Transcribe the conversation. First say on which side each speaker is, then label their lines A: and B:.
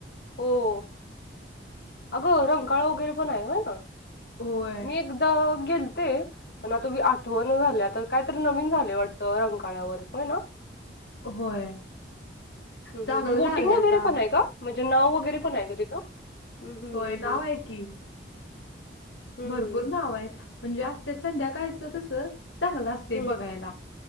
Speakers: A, on the left; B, on the left.
A: हो, हो, अगं रंकाळा वगैरे पण आहे हो ना.
B: होय
A: मी एकदा गेलते पण आता आठव न झालं आता कायतरी नवीन झाले वाट. रंगकाळ्यावर हो ना.
B: होय.
A: ह
B: चांगलं
A: बोटिंग
B: झाले
A: वगैरे
B: आता
A: पण आहे का म्हणजे न्हाव वगैरे पण आहे का तिथं. हं, हं,
B: होय
A: हं, हं.
B: नाव आहे की.
A: हं,
B: भरपूर नाव आहेत म्हणजे आसत्यात संध्याकाळचं कसं. चांगलं असते
A: हं.
B: बघायला